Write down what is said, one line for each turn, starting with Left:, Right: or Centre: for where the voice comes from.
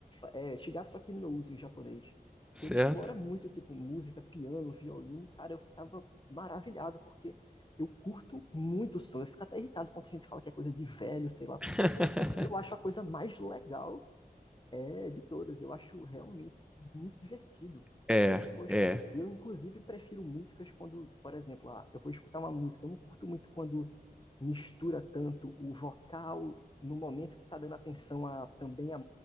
Left: É, Shigatsu wa Kimi no Uso, em japonês
Centre: certo?
Left: que ele explora muito, tipo, música, piano, violino, e, cara, eu ficava maravilhado, porque eu curto muito o som. Eu fico até irritado quando a gente fala que é coisa de velho, sei lá, porque
Centre: <laughs>
Left: eu acho a coisa mais legal é, de todas. Eu acho realmente muito divertido.
Centre: É,
Left: E, poxa,
Centre: é,
Left: eu inclusive prefiro músicas quando, por exemplo, ah, eu vou escutar uma música. Eu não curto muito quando mistura tanto o vocal no momento que está dando atenção a, também a,